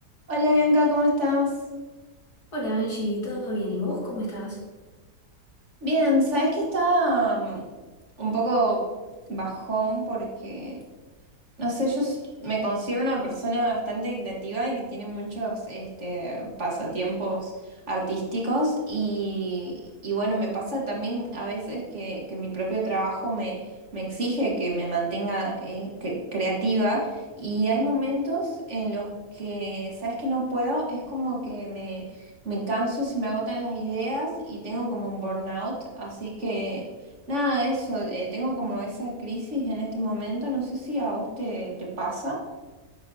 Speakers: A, on the right; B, on the left.
A: Hola Bianca, ¿cómo estás?
B: Hola Angie, ¿todo bien? ¿Y vos cómo estás?
A: Bien, sabes que estaba mm, un poco bajón porque No sé, yo s- me considero una persona bastante creativa y que tiene muchos este, pasatiempos artísticos y, y bueno, me pasa también a veces que, que mi propio trabajo me, me exige que me mantenga eh, cre- creativa y hay momentos en los que, sabes que no puedo, es como que me, me canso, se me agotan las ideas y tengo como un burnout, así que... Nada, eso, eh, tengo como esa crisis en este momento, no sé si a vos te, te pasa.